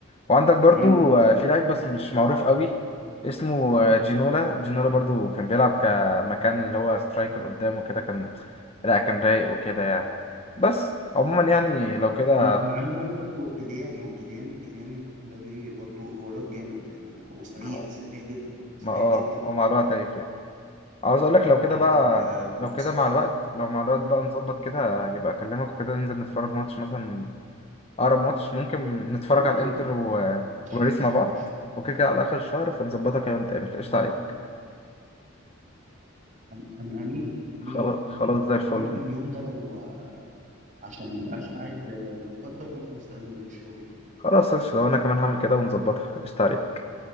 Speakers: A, on the left (about 30°); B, on the right (about 40°).
A: وعندك برضو
B: امم
A: آه، في لعيب بس مش معروف قوي اسمه آه، جينولا جينولا برضو كان بيلعب كمكان اللي هو سترايكر قدامه كده كان لا كان رايق وكده يعني بس عموما يعني لو كده
B: انا انا عايز اقول لك وكيليان وكيليان كيليان امبابي برضو هو لوك جامد يعني انا وسريع
A: ما
B: سريع جدا سريع
A: ما- اه
B: جدا
A: او مع الوقت هيفرق عاوز اقول لك لو كده
B: آه
A: بقى
B: بس
A: لو كده مع الوقت لو مع الوقت بقى نظبط كده يبقى اكلمك وكده ننزل نتفرج ماتش مثلا اقرب ماتش ممكن نتفرج على
B: ماشي
A: الانتر و... وباريس
B: ماشي
A: مع بعض
B: ماشي
A: وكده كده على اخر الشهر فنظبطها كده ونتقابل قشطة عليك
B: انا أنا امين امين
A: خلاص
B: امين
A: خلاص
B: امين
A: زي الفل
B: انا ممكن اليوم ده لو آه، عشان ما ابقاش قاعد آه، متقدر ممكن استاذن من الشغل يعني
A: خلاص قشطة وانا كمان هعمل كده ونظبطها قشطة عليك